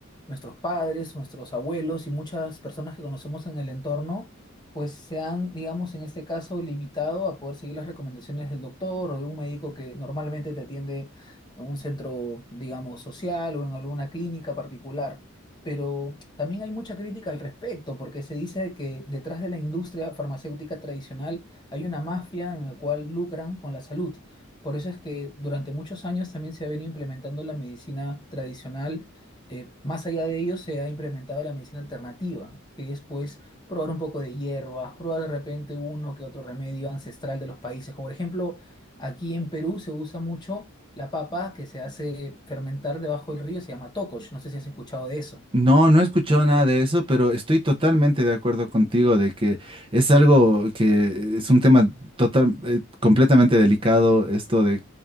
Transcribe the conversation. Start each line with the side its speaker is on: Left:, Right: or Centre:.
Left: nuestros padres, nuestros abuelos y muchas personas que conocemos en el entorno, pues se han, digamos, en este caso, limitado a poder seguir las recomendaciones del doctor o de un médico que normalmente te atiende en un centro, digamos, social o en alguna clínica particular. Pero también hay mucha crítica al respecto, porque se dice que detrás de la industria farmacéutica tradicional hay una mafia en la cual lucran con la salud. Por eso es que durante muchos años también se ha venido implementando la medicina tradicional. eh, más allá de ello, se ha implementado la medicina alternativa, que es pues probar un poco de hierbas, probar de repente uno que otro remedio ancestral de los países. Como por ejemplo, aquí en Perú se usa mucho la papa que se hace fermentar debajo del río, se llama tocosh. No sé si has escuchado de eso.
Right: No, no he escuchado nada de eso, pero estoy totalmente de acuerdo contigo de que es algo que es un tema total, eh, completamente delicado, esto de